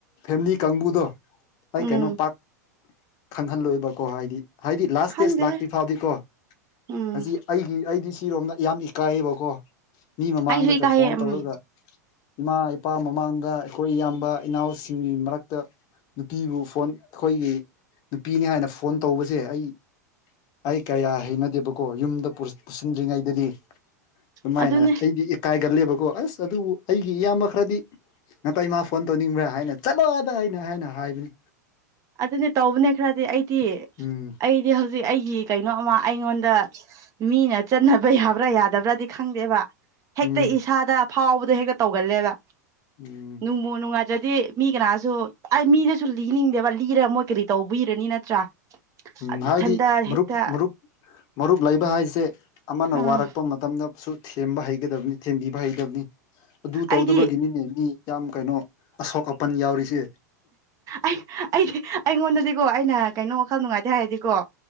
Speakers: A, on the left; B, on the right.
A: ꯐꯦꯝꯂꯤ ꯀꯥꯡꯕꯨꯗꯣ ꯑꯩ
B: ꯎꯝ
A: ꯀꯩꯅꯣ ꯄꯥꯛ ꯈꯪꯍꯜꯂꯣꯏꯕꯀꯣ ꯍꯥꯏꯗꯤ ꯍꯥꯏꯗꯤ ꯂꯥꯁ
B: ꯈꯪꯗꯦꯍꯦ
A: ꯁꯇꯦꯖ ꯂꯥꯛꯇ꯭ꯔꯤ ꯐꯥꯎꯗꯤꯀꯣ
B: ꯎꯝ
A: ꯍꯧꯖꯤꯛ ꯑꯩꯒꯤ ꯑꯩꯗꯤ ꯁꯤꯔꯣꯝꯗ ꯌꯥꯝ ꯏꯀꯥꯏꯌꯦꯕꯀꯣ ꯃꯤ ꯃꯃꯥꯡꯗꯒ
B: ꯑꯩꯁꯨ ꯏꯀꯥꯏꯌꯦ
A: ꯐꯣꯟ
B: ꯎꯝ
A: ꯇꯧꯔꯒ ꯏꯃꯥ ꯏꯄꯥ ꯃꯃꯥꯡꯗ ꯑꯩꯈꯣꯏ ꯏꯌꯥꯝꯕ ꯏꯅꯥꯎꯁꯤꯡꯒꯤ ꯃꯔꯛꯇ ꯅꯨꯄꯤꯕꯨ ꯐꯣꯟ ꯑꯩꯈꯣꯏꯒꯤ ꯅꯨꯄꯤꯅꯤ ꯍꯥꯏꯅ ꯐꯣꯟ ꯇꯧꯕꯁꯦ ꯑꯩ ꯑꯩ ꯀꯌꯥ ꯍꯩꯅꯗꯦꯕꯀꯣ ꯌꯨꯝꯗ ꯄꯨꯁꯤꯟꯗ꯭ꯔꯤꯉꯩꯗꯗꯤ ꯑꯗꯨꯃꯥꯏꯅ
B: ꯑꯗꯨꯅꯦ
A: ꯑꯩꯗꯤ ꯏꯀꯥꯏꯒꯜꯂꯦꯕꯀꯣ ꯑꯁ ꯑꯗꯨꯕꯨ ꯑꯩꯒꯤ ꯏꯌꯥꯝꯕ ꯈꯔꯗꯤ ꯅꯇꯩꯃꯥ ꯐꯣꯟ ꯇꯧꯅꯤꯡꯕ꯭ꯔꯥ ꯍꯥꯏꯅ ꯆꯠꯂꯣꯑꯗ ꯑꯩꯅ ꯑꯩꯅ ꯍꯥꯏꯕꯅꯤ
B: ꯑꯗꯨꯅꯦ ꯇꯧꯕꯅꯦ ꯈꯔꯗꯤ ꯑꯩꯗꯤ
A: ꯎꯝ
B: ꯑꯩꯗꯤ ꯍꯧꯖꯤꯛ ꯑꯩꯒꯤ ꯀꯩꯅꯣꯃ ꯑꯩꯉꯣꯟꯗ ꯃꯤꯅ ꯆꯠꯅꯕ ꯌꯥꯕ꯭ꯔꯥ ꯌꯥꯗꯕ꯭ꯔꯥꯗꯤ ꯈꯪꯗꯦꯕ ꯍꯦꯛꯇ
A: ꯎꯝ
B: ꯏꯁꯥꯗ ꯐꯥꯎꯕꯗꯣ ꯍꯦꯛꯇ ꯇꯧꯒꯜꯂꯦꯕ
A: ꯎꯝ
B: ꯅꯨꯡꯃ ꯅꯨꯡꯉꯥꯏ ꯇꯔꯗꯤ ꯃꯤ ꯀꯅꯥꯗꯁꯨ ꯑꯩ ꯃꯤꯗꯁꯨ ꯂꯤꯅꯤꯡꯗꯦꯕ ꯂꯤꯔꯒ ꯃꯣꯏ ꯀꯔꯤ ꯇꯧꯕꯤꯔꯅꯤ ꯅꯠꯇ꯭ꯔꯥ
A: ꯎꯝ
B: ꯑꯗꯨ
A: ꯍꯥꯏꯗꯤ
B: ꯏꯊꯟꯗ
A: ꯃꯔꯨꯞ
B: ꯍꯦꯛꯇ
A: ꯃꯔꯨꯞ ꯃꯔꯨꯞ ꯂꯩꯕ ꯍꯥꯏꯁꯦ ꯑꯃꯅ
B: ꯑꯥ
A: ꯋꯥꯔꯛꯄ ꯃꯇꯝꯗꯁꯨ ꯊꯦꯝꯕ ꯍꯩꯒꯗꯕꯅꯤ ꯊꯦꯝꯕꯤꯕ ꯍꯩꯗꯕꯅꯤ ꯑꯗꯨ
B: ꯑꯩꯗꯤ
A: ꯇꯧꯗꯕꯒꯤꯅꯤꯅꯦ ꯃꯤ ꯌꯥꯝ ꯀꯩꯅꯣ ꯑꯁꯣꯛ ꯑꯄꯟ ꯌꯥꯎꯔꯤꯁꯦ
B: ꯑꯩ ꯑꯩ ꯑꯩꯉꯣꯟꯗꯗꯤꯀꯣ ꯑꯩꯅ ꯀꯩꯅꯣ ꯋꯥꯈꯜ ꯅꯨꯡꯉꯥꯏꯇꯦ ꯍꯥꯏꯔꯗꯤꯀꯣ